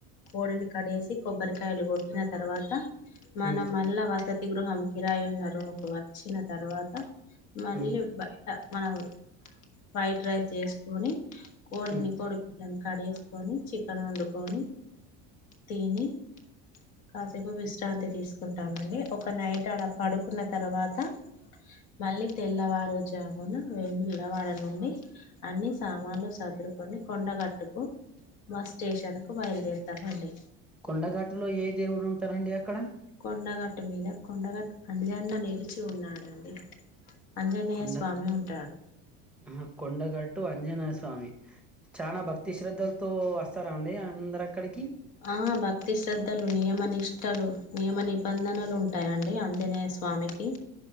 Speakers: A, on the left; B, in the centre.
A: కోడిని కో కడేసి కొబ్బరికాయలు కొట్టిన తర్వాత మనం
B: ఉమ్,
A: మళ్ళా వస తి గృహం కిరాయి ఉన్న రూమ్ కి వచ్చిన తర్వాత మళ్ళీ
B: ఉమ్,
A: మనం వైట్ రైస్ చేసుకొని కోడిని
B: ఉమ్.
A: కోడి కడి చేసుకొని చికెన్ వండుకొని తిని కాసేకు విశ్రాంతి తీసుకుంటామండి ఒక నైట్ అడ పడుకున్న తర్వాత మళ్ళీ తెల్లవ జమున వేమిలవాడ నుండి అన్ని సామాన్లు సదురుకొని కొండగట్టుకు బస్ స్టేషన్ కు బయలుదేరుతామండి
B: కొండగట్టులో ఏ దేవుడు ఉంటారండి అక్కడ
A: కొండగట్టు మీద కొండగట్టు అంజన్న నిలిచి ఉన్నాడండి ఆంజనేయ
B: కొండ
A: స్వామి ఉంటాడు
B: ఆ కొండగాట్ టు అంజనేయ స్వామి చాల భక్తి శ్రద్ధలతో వస్తార అండి అందరు అక్కడికి
A: ఆ భక్తి శ్రద్ధలు నియమ నిష్టలు నియమ నిబంధనలు ఉంటాయండి ఆంజనేయ స్వామికి